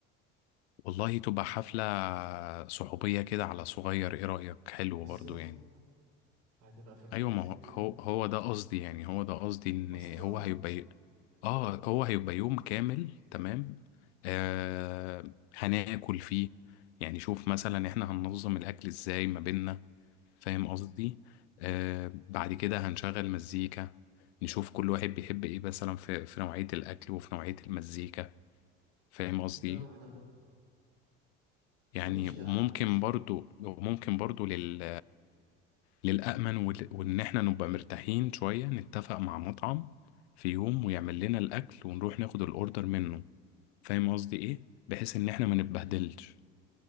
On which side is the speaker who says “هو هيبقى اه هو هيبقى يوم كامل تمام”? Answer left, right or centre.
Left